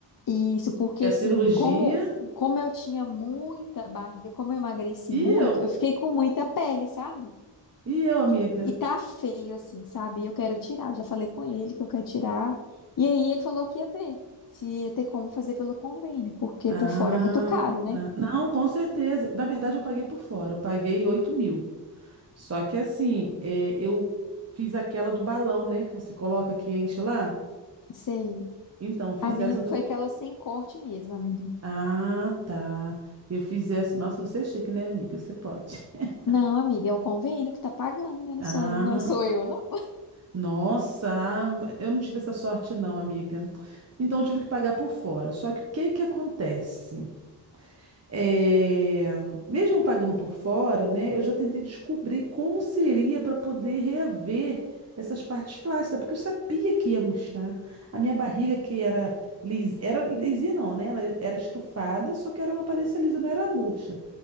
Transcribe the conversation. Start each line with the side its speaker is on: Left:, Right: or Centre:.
Left: Isso, porque
Right: É a
Left: assim,
Right: cirurgia.
Left: como como eu tinha muita barriga, como eu emagreci
Right: E
Left: muito,
Right: eu?
Left: eu fiquei com muita pele, sabe?
Right: E eu, amiga?
Left: E, e tá feio assim, sabe? E Eu quero tirar, eu já falei com ele que eu quero tirar. E aí ele falou que ia ver se ia ter como fazer pelo convênio, porque
Right: Ah,
Left: por fora é muito caro, né?
Right: tá. Não, com certeza. Na verdade, eu paguei por fora. Eu paguei oito mil. Só que assim, é, eu fiz aquela do balão, né? Que você coloca que enche lá.
Left: Sei.
Right: Então, eu fiz
Left: A minha
Right: essa do.
Left: foi aquela sem corte mesmo, amiga.
Right: Ah, tá. Eu fiz essa. Nossa, você é chique, né, amiga? Você pode. <laughs>
Left: Não, amiga, é o convênio que tá pagando, né? Não
Right: Ah,
Left: sou, não sou eu, não.
Right: nossa. ah, Eu não tive essa sorte, não, amiga. Então, eu tive que pagar por fora. Só que o que que acontece? É, mesmo pagando por fora, né, eu já tentei descobrir como seria para poder reaver essas partes flácidas, porque eu sabia que ia murchar. A minha barriga, que era lis, era lisinha, não, né? Ela era estufada, só que era uma aparência lisa, não era murcha.